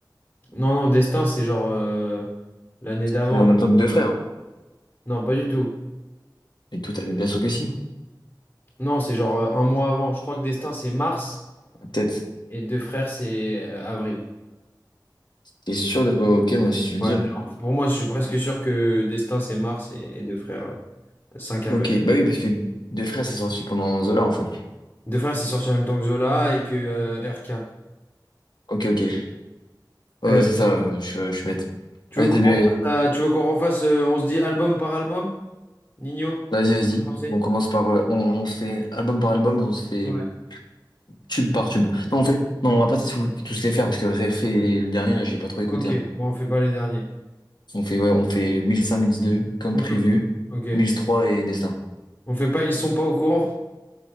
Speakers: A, on the left; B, on the left.
A: Non, non, Destin, c'est genre euh, l'année d'avant.
B: C'est en même temps que deux frères. Hein.
A: Non, pas du tout.
B: Et tout, bien sûr que si.
A: Non, c'est genre euh, un mois avant. Je crois que Destin, c'est mars
B: Peut-être.
A: et Deux Frères, c'est euh, avril.
B: T'es sûr de- oh, ok, moi, si tu le
A: Ouais.
B: dis. hein.
A: Genre, pour moi, je suis presque sûr que Destin, c'est mars et, et Deux Frères, euh, 5 avril.
B: Ok, bah oui, parce que deux frères, c'est sorti pendant Zola, en fait.
A: Deux Frères, c'est sorti en même temps que Zola et que euh, RK.
B: Ok, ok. Ouais,
A: Euh,
B: ouais, c'est ça, euh, je, je suis bête.
A: tu
B: Vas-y,
A: veux qu'on
B: bébé.
A: refasse, euh, tu veux qu'on refasse, euh, on se dit album par album? Nino,
B: Vas-y, vas-y.
A: vous pensez?
B: On commence par. euh, on, on se fait album par album et on se fait
A: Ouais.
B: tube par tube. Non, on fait. Non, on va pas tous tous les faire parce que Réfé et le dernier, là, j'ai pas trop écouté.
A: Ok,
B: hein.
A: bon, on fait pas les derniers.
B: On fait, ouais, on fait 1005, 1002, comme
A: On
B: prévu.
A: fait... Ok.
B: 1003 et Destin.
A: On fait pas, ils sont pas au courant?